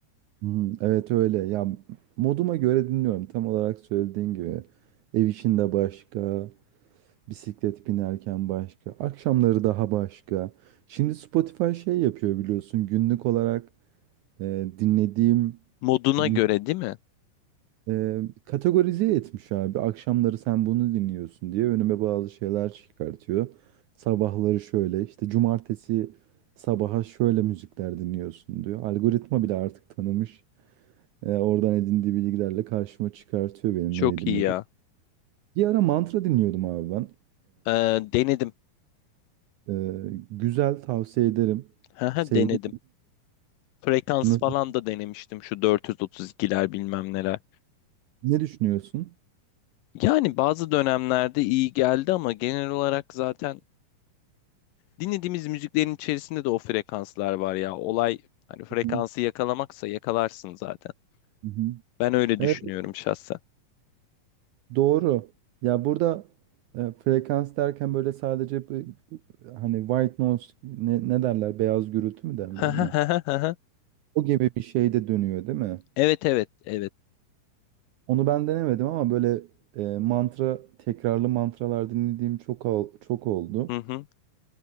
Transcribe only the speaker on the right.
Hı hı. Evet öyle. Ya moduma göre dinliyorum. Tam olarak söylediğin gibi. Ev içinde başka, bisiklet binerken başka, akşamları daha başka. Şimdi Spotify şey yapıyor biliyorsun. Günlük olarak e, dinlediğim
mü-
e, kategorize etmiş abi. Akşamları sen bunu dinliyorsun diye önüme bazı şeyler çıkartıyor. Sabahları şöyle işte cumartesi sabaha şöyle müzikler dinliyorsun diyor. Algoritma bile artık tanımış. E, oradan edindiği bilgilerle karşıma çıkartıyor benim
ne edinlediğimi.
Bir ara mantra dinliyordum abi ben.
E, e, güzel tavsiye ederim.
Sevdim.
Nasıl-
Ne düşünüyorsun?
Hı hı,
hı hı.
Evet
doğru. Ya burada e, frekans derken böyle sadece bir- hani white noise ne, ne derler beyaz gürültü mü derler
ona? O gibi bir şey de dönüyor değil mi?
Onu ben denemedim ama böyle e, mantra tekrarlı mantralar dinlediğim çok ol- çok oldu.